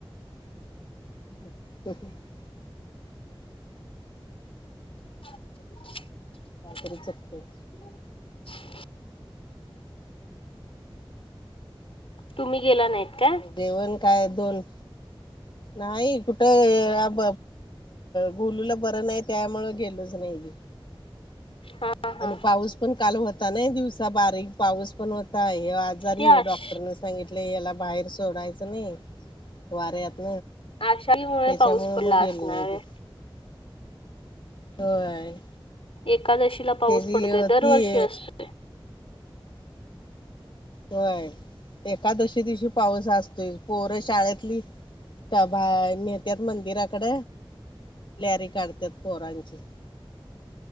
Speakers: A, on the left; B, on the left.
A: <inaudible>
B: <inaudible>
A: कायतरी चुकतेय.
B: <inaudible> तुम्ही गेला नाहीत. काय
A: जेवण काय दोन, नाही कुठं गोलूला बरं नाही त्यामुळं गेलोच. नाही मी.
B: हा. हा
A: आणि पाऊस पण काल होता नी. दिवसा बारीक पाऊस पण होता. हे आजारी
B: ते आश
A: आहे डॉक्टर नस सांगितले याला बाहेर सोडायचं नाही. वाऱ्यात
B: आषाढी मुळे
A: तेच्यामुळं
B: पाऊस पडला
A: मग गेलो
B: असणार
A: नाही
B: आहे
A: बी. होय.
B: एकादशीला पाऊस
A: त्याची
B: पडतोय दरवर्षी
A: ती
B: असतो.
A: होय एकादशी दिवशी पाऊस अस ती पोर शाळेतली त्या बा न्हेतात मंदिराकड. रॅली काडत्यात पोरांची.